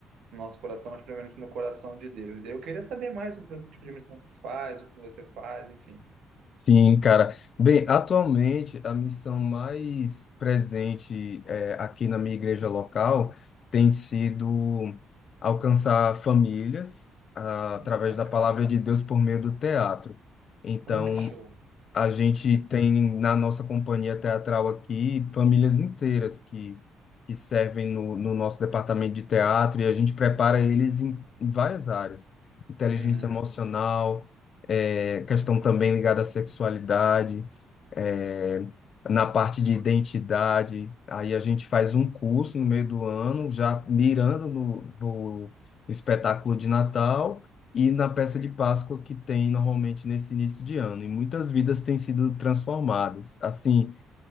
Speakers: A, on the right (about 75°); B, on the left (about 55°).
A: no nosso coração, mas primeiramente no coração de Deus. Eu queria saber mais sobre o tipo de missão que tu faz, o que você faz, enfim.
B: Sim, cara. Bem, atualmente a missão mais presente eh, aqui na minha igreja local tem sido alcançar famílias ah, através
A: Hum, bacana.
B: da palavra de Deus por meio do teatro. Então,
A: Oh, que show.
B: A gente tem na nossa companhia teatral aqui famílias inteiras que, que servem no, no nosso departamento de teatro e a gente prepara eles em, em várias áreas. Inteligência
A: Uhum.
B: emocional, eh, questão também ligada à sexualidade, eh, na parte de identidade. Aí a gente faz um curso no meio do ano, já mirando no, no espetáculo de Natal e na peça de Páscoa que tem normalmente nesse início de ano. E muitas vidas têm sido transformadas. Assim,